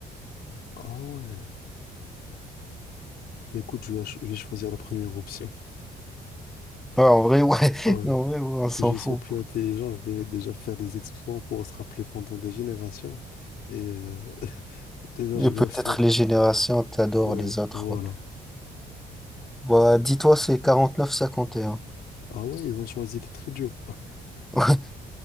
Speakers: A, on the left; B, in the centre.
A: Ah ouais. Bah, Écoute, je vais, ch- je vais choisir la première option.
B: Ouais, en vrai, ouais. <laughs>
A: Ouais.
B: En
A: <laughs>
B: vrai, ouais, on s'en
A: Que je
B: fout.
A: sois plus intelligent, je vais déjà faire des exploits pour se rappeler pendant des générations. Et euh, <laughs> déjà,
B: Et
A: je vais
B: peut-être
A: faire...
B: les générations t'adorent
A: Ouais,
B: les autres.
A: voilà.
B: ouais. Bah, dis-toi, c'est 49-51.
A: Ah ouais, ils ont choisi d'être idiots. <laughs>
B: <laughs>